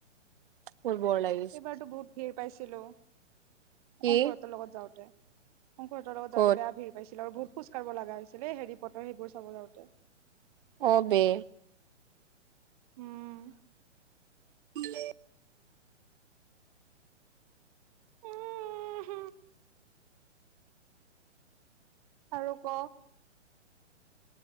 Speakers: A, on the right; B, on the right.
A: ফবৰ লাগিছে।
B: এইবাৰতো বহুত ভিৰ পাইছিলোঁ
A: কি
B: অংকুৰহঁতৰ লগত যাওঁতে শংকৰহঁতৰ লগত
A: ক'ত
B: যাওঁতে বেয়া ভিৰ পাইছিলোঁ আৰু বহুত খোজকাঢ় লগা হৈছিল এই হেৰি পটৰ সেইবোৰ চাব যাওঁতে-
A: অবে
B: উম
A: হে
B: উ উ হ আৰু ক